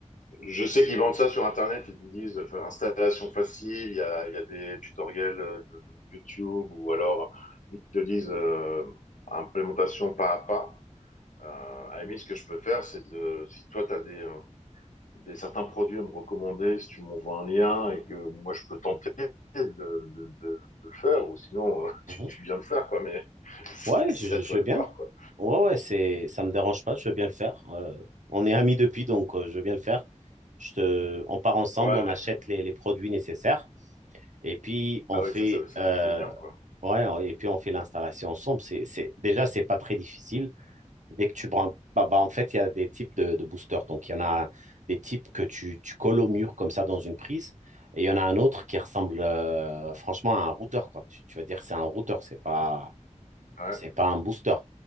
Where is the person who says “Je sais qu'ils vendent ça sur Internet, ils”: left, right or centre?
Left